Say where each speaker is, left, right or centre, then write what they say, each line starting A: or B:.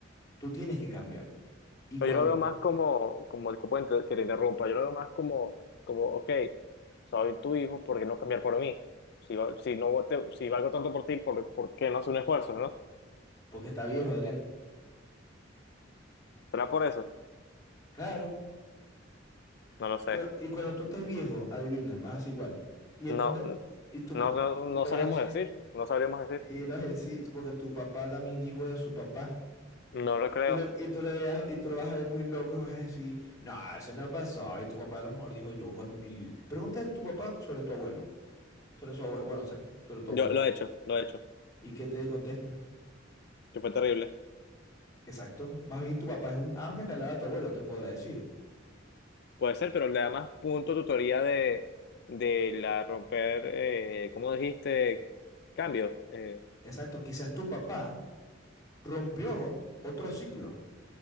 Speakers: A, on the left; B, on the left.
A: Tú tienes que cambiar. Y cuando
B: Pero yo lo
A: tú,
B: veo más como, como disculpa inter- que te interrumpa, yo lo veo más como, como, ok, soy tu hijo, ¿por qué no cambiar por mí? Si, va- si, no te- si valgo tanto por ti, ¿por, por qué no hacer un esfuerzo, no?
A: porque está viejo, Adrián.
B: ¿Será por eso?
A: Claro.
B: No lo sé.
A: Cua- Y cuando tú estés viejo, adivina, vas a hacer igual. Y el
B: No,
A: ponte, y tú
B: no,
A: pon-
B: no,
A: y
B: no
A: lo
B: sabríamos
A: vas a hacer.
B: decir, no sabríamos decir.
A: Y lo vas a decir, porque tu papá también dijo de su papá.
B: No lo
A: Y
B: creo.
A: tú lo, y tú le veas- y tú lo vas a ver muy loco y vas a decir, no, eso no pasó. Y tu papá a lo mejor dijo yo cuando. Y pregunta a tu papá sobre tu abuelo. Sobre su abuelo. Bueno, exacto, sobre tu
B: Yo
A: abuelo.
B: lo he hecho, lo he hecho,
A: ¿Y qué te contesta?
B: que fue terrible.
A: Exacto. Más bien tu papá es un ángel al lado de tu abuelo, te podrá decir.
B: Puede ser, pero le da más punto tutoría de, de la romper, eh, ¿cómo dijiste? Cambios, eh,
A: Exacto. Quizás tu papá rompió otro ciclo.